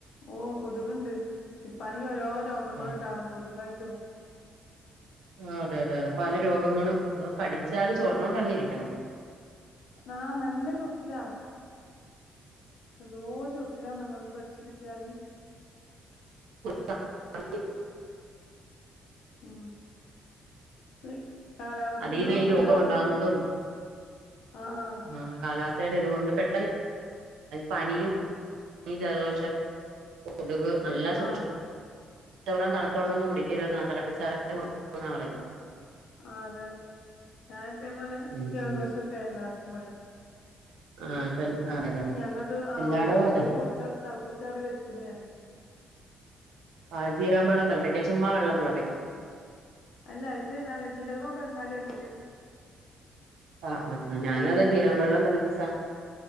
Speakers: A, on the left (about 70°); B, on the right (about 80°).
A: ഓഹ് കൊത്ക് ഉണ്ട് പണി ഓരോന്ന് രോഗങ്ങൾ
B: ആഹ്
A: ഒണ്ടണോ കൊതുകായിട്ടും
B: ആ അതെ അതെ അതെ പല രോഗങ്ങളും അതോ കടിച്ചാല് ചൊർണ്ണൊണ്ട് തന്നെ ഇരിക്കണം.
A: ആ നല്ല ചൊറിച്ചിലാ എന്തോര് ചൊറിച്ചിലാന്നൊ ഒന്ന് കടിച്ചു കിട്ടിയാല്
B: <inaudible>
A: ഉം ഈ കാലാവസ്ഥന്റെതോണ്ട്
B: അതീന്ന് ഈ രോഗം
A: എല്ലാർക്കും
B: ഉണ്ടാകുന്നതും
A: ആഹ് ആഹ്
B: ആ കാലാവസ്ഥയുടെ ഇതുകൊണ്ട് പെ പനിയും ജലദോഷം കൊതുക് <unintelligible> നല്ല സൂക്ഷി
A: ആഹ്
B: പച്ചവെള്ളം തണുത്തവെള്ളോന്നും കുടിക്കരുതെന്ന തെളപ്പിച്ചാറിയ പറയുന്നേ <unintelligible>
A: ആ അതെ ഏ അതേപോലെ
B: ഉം
A: ജലദോഷൊക്കെ
B: ഉം
A: എല്ലാർക്കും ഇവടെ
B: ആ ഇപ്പ അതെ അതെ അതെ
A: ഞാങ്ങട്ട് ആ
B: എല്ലായിടവും അതെ
A: ഒരു കുടുക്ക തെളപ്പിച്ചാറി വെച്ച്ണ് ഞാന്
B: ആഹ് ജീരകമ്പ വള്ളം തിളപ്പിക്കാം ചുമ്മാ വെള്ളം തിളപ്പിക്കാം
A: അല്ല അയ്ക്ക് നല്ല ജീരകോ കട്ങ്കാലിയോ ഇണ്ടെങ്കി ഇടും
B: ആ ആ ആ ഞാനും
A: അത്
B: അതെ ജീരകമ്പം വെള്ളം തിളപ്പിച്ചാ